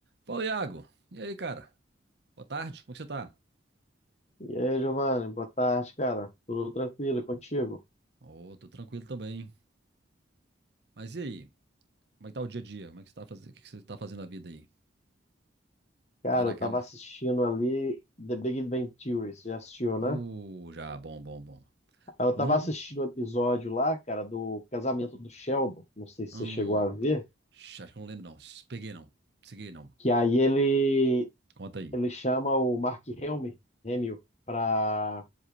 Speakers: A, on the right (about 60°); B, on the left (about 35°).
A: Fala, Iago. E aí, cara? Boa tarde, como é que você tá?
B: E aí, Giovanni, boa tarde, cara. Tudo tranquilo e contigo?
A: Ô, tô tranquilo também. Mas e aí? Como é que tá o dia a dia? Como é que você tá fazendo? O que que você tá fazendo na vida aí?
B: Cara,
A: Tá naquela?
B: eu tava assistindo ali The Big Bang Theory, você já assistiu,
A: Uh,
B: né?
A: já, bom, bom, bom.
B: Aí Eu
A: Não?
B: tava assistindo o episódio lá, cara, do casamento do Sheldon, não sei se
A: Hum,
B: você chegou a ver,
A: sh- acho que eu não lembro, não. Sh, Peguei, não. Peguei, não.
B: que aí ele
A: Conta aí.
B: ele chama o Mark Hamill, Hamill pra